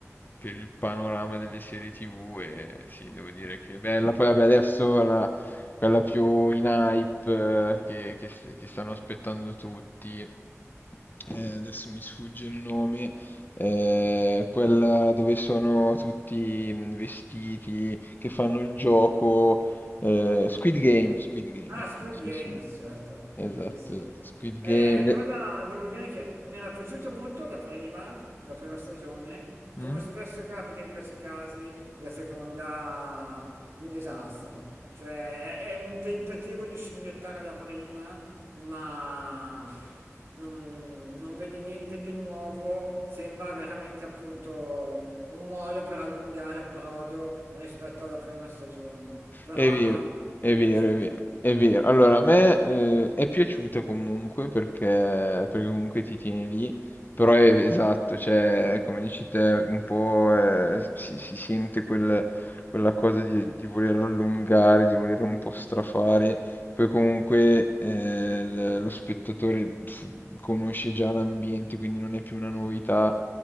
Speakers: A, on the left; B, on the right.
A: per il panorama delle serie TV e sì, devo dire che è bella. Poi vabbè, adesso la- quella più in hype eh, che, che s- che stanno aspettando tutti, eh, adesso mi sfugge il nome, eh, quella dove sono tutti mm, vestiti, che fanno il gioco eh, Squid Game, Squid Game,
B: Ah,
A: ecco,
B: Squid
A: sì,
B: Game,
A: sì.
B: certo.
A: Esatto,
B: Sì, sì.
A: esatto, Squid
B: Eh,
A: Game. le-
B: quella devo dire che mi era piaciuta molto la prima, la prima stagione.
A: Mm?
B: Come spesso capita in questi casi, la seconda un disastro. Cioè, è, è un tentativo di scimmiottare la prima, ma pff, non, non vedi niente di nuovo. Sembra veramente appunto un modo per allungare il brodo rispetto alla prima stagione. Però
A: È vero,
B: no, non
A: è
B: non mi
A: vero,
B: è piaciuta.
A: è vero, è vero. Allora, a me eh, è piaciuta comunque perché, perché comunque ti tiene lì, però è esatto, cioè, come dici te, un po' eh, si, si sente quel- quella cosa di, di voler allungare, di voler un po' strafare, poi comunque eh, l- lo spettatore s- conosce già l'ambiente, quindi non è più una novità